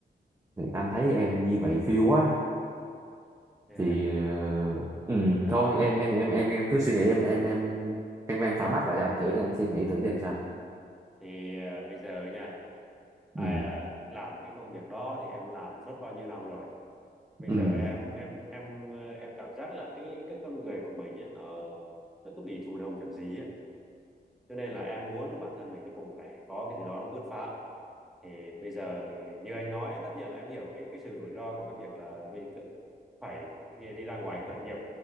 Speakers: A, on the right; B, in the centre.
A: anh thấy em như vậy phiêu quá
B: ờ,
A: thì ờ, ừ,
B: đó
A: thôi em em em em em cứ suy nghĩ em em em em em phản bác lại cho anh thử để anh suy nghĩ thử xem sao
B: thì à, bây giờ nha ai
A: ừ
B: à, làm cái công việc đó thì em làm suốt bao nhiêu năm rồi bây
A: ừ
B: giờ em em em ờ, em cảm giác là cái cái con người của mình ấy, nó nó cứ bị thụ động kiểu gì á cho nên là em muốn là bản thân mình nó cũng phải có cái gì đó nó bứt phá thì bây giờ như anh nói tất nhiên là em hiểu cái cái sự rủi ro của cái việc là bị cự- phải đi, đi ra ngoài khởi nghiệp